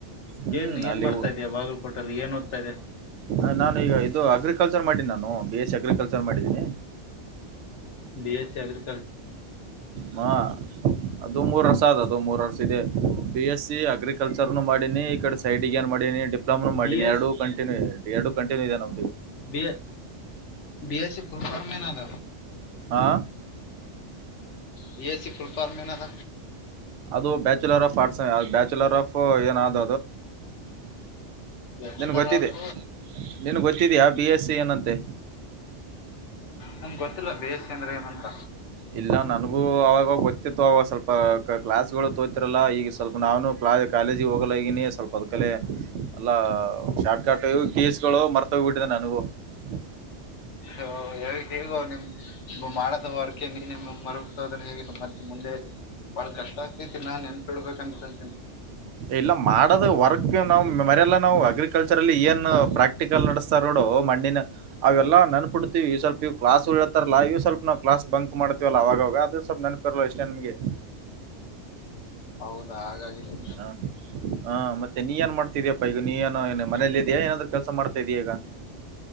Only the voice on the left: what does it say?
ಏನ್ ಏನ್
ಮಾಡ್ತಾ ಇದಿಯ ಬಾಗಲ್ಕೋಟ್ ಅಲ್ಲಿ ಏನ್ ಓದ್ತಾ ಇದಿಯ
ಬಿ ಎಸ್ ಸಿ ಅಗ್ರಿ
ಬಿ ಎಸ್
ಬಿ ಬಿ ಎ ಸಿ ಪುಲ್ಫರ್ಮನದ
ಬಿ ಎಸ್ ಸಿ ಪುಲ್ಫಾರ್ಮ ಮನದ
bachelor
of
ನಮ ಗೊತ್ತಿಲ್ಲ ಬೇಸ ಅಂದ್ರೆ ಏನಂತ
<inaudible> ಹೇಗ ನಿಮ್ ಮಾಡದ ವರ್ಕ ನಿ ಮರತೋದ್ರೆ ಹೇಗ ಮತ್ತೆ ಮುಂದೆ ಬಾಳ ಕಷ್ಟ ಆಗ್ತೈತಿ ನಾನ್ ಎನ್ಪಡ್ಬೇಕಂತನಿ
ಹೌದಾ ಹಾಗಾಗಿಾಗಿದೆ